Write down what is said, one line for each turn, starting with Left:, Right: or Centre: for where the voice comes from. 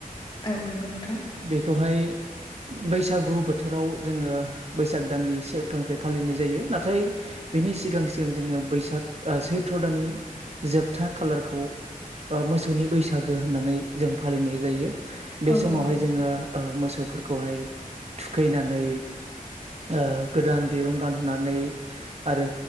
Left: औ नंगौ नोंथां
Right: बेखौहाय बैसागु बोथोराव जोङो बैसाग दाननि से अक्ट'निफ्राय फालिनाय जायो नाथाय बे नि सिगां सिगां जोङो बैसाग सैथ्र दानि जोबथा खालारखौ ब मोसौनि बैसागो होननानै जों फालिनाय जायो बेसमावहाय
Left: औ नंगौ नोंथां
Right: जोङो ओ मोसौफोरखौहाय थुखैनानै ओ गोदान दिरुं गानहोनानै आरो